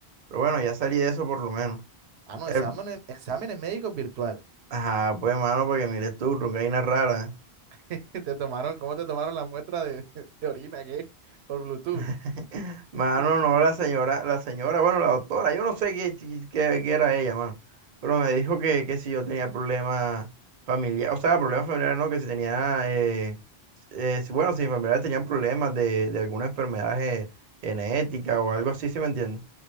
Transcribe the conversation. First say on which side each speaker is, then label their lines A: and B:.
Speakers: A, on the right; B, on the right.
A: pero bueno, ya salí de eso por lo menos.
B: Ah, no,
A: El-
B: exámenes, exámenes médicos virtual.
A: ajá, pues, mano, porque mire tú, una vaina rara.
B: <laughs> Te tomaron, ¿cómo te tomaron la muestra de, <laughs> de orina, qué? Por Bluetooth.
A: <laughs> Mano,
B: <laughs>
A: no, la señora, la señora, bueno, la doctora, yo no sé qué, si, qué- qué era ella, mano, pero me dijo que, que si yo tenía problemas familiares, o sea, problemas familiares no, que si tenía, eh, eh, si- bueno, si mis familiares tenían problemas de, de alguna enfermedad ge- genética o algo así, ¿sí me entiendes?